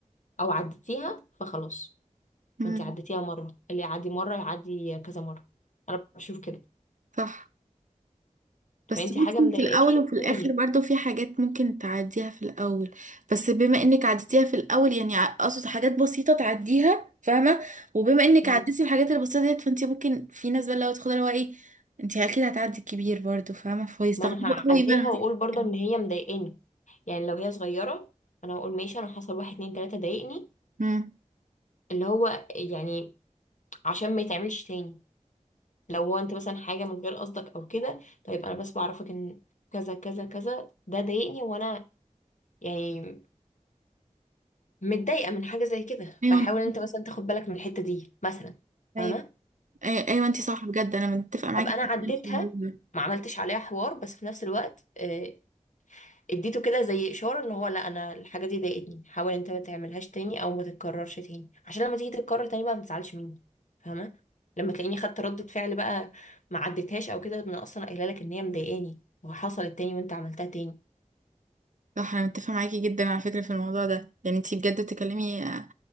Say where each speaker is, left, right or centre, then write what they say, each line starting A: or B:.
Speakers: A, on the left; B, on the right.
A: او عديتيها فخلاص
B: مم،
A: وانت عديتيها مره اللي يعدي مره يعدي كذا مره انا بشوف كده
B: صح بس
A: فانت
B: ممكن
A: حاجه مضايقاكي
B: في الأول وفي الآخر
A: قولي
B: برضو في حاجات ممكن تعديها في الأول بس بما إنك عديتيها في الأول يعني ع- أقصد حاجات بسيطة تعديها فاهمة وبما إنك
A: مم.
B: عديتي الحاجات البسيطة ديت فأنت ممكن في ناس بقى لو تاخدها اللي هو إيه أنت أكيد هتعدي الكبير برضو فاهمة فيستغربوا
A: ما انا
B: قوي
A: هعديها
B: بقى لما
A: واقول
B: تيجي
A: برضه
B: تتكلمي.
A: ان هي مضايقاني يعني لو هي صغيره انا هقول ماشي انا حصل واحد اتنين تلاته ضايقني
B: مم.
A: اللي هو يعني عشان ما يتعملش تاني لو هو انت مثلا حاجه من غير قصدك او كده طيب انا بس بعرفك ان كذا كذا كذا ده ضايقني وانا يعني متضايقه من حاجه زي كده
B: أيوة
A: فحاول
B: أنت
A: انت
B: صح.
A: مثلا تاخد بالك من الحته دي مثلا
B: أيوة
A: فاهمه
B: أيوة أيوة أنت صح بجد أنا متفقة معاكي
A: ابقى انا عديتها
B: جداً في الموضوع ده
A: ما عملتش عليها حوار بس في نفس الوقت آه، اديته كده زي اشاره ان هو لا انا الحاجه دي ضايقتني حاول انت ما تعملهاش تاني او ما تتكررش تاني عشان لما تيجي تتكرر تاني بقى ما تزعلش مني فاهمه لما تلاقيني خدت ردة فعل بقى ما عدتهاش او كده انا اصلا قايله لك ان هي مضايقاني وحصلت تاني وانت عملتها تاني
B: صح انا متفقه معاكي جدا على فكره في الموضوع ده يعني انتي بجد بتتكلمي آه،